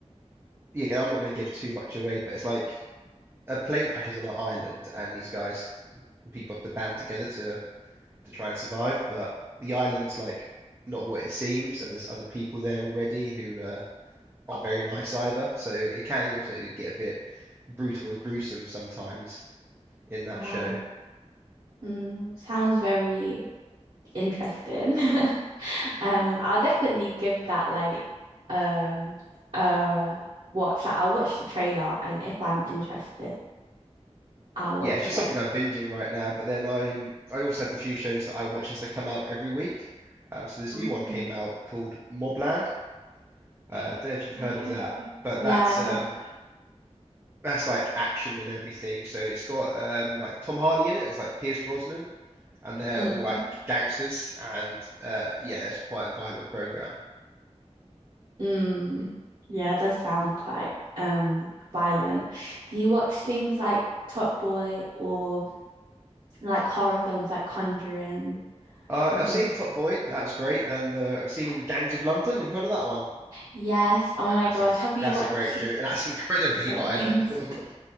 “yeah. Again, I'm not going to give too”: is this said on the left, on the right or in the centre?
Right